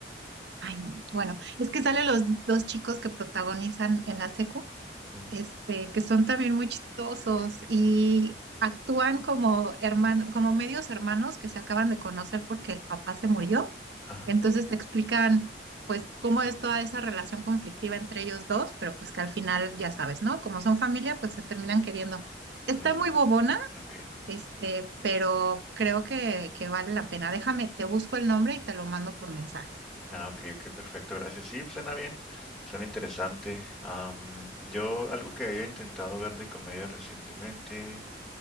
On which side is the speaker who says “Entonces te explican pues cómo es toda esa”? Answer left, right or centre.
Right